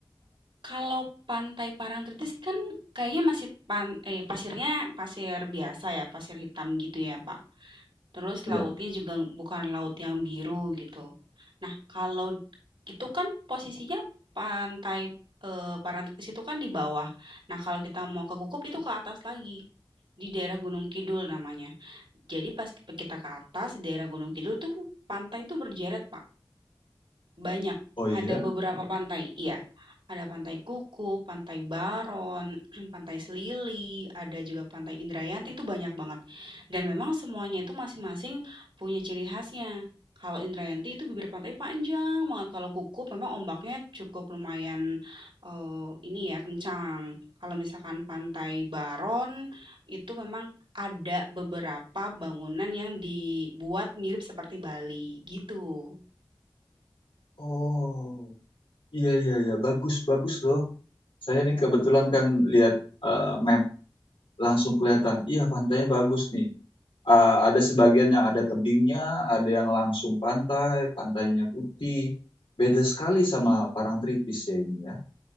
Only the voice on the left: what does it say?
Iya.
Oh iya?
Oh. Iya iya iya bagus bagus loh. Saya nih kebetulan kan lihat eh, map langsung kelihatan. Iya pantainya bagus nih. Eh, ada sebagian yang ada tebingnya, ada yang langsung pantai, pantainya putih. Beda sekali sama Parangtritis ya ini ya.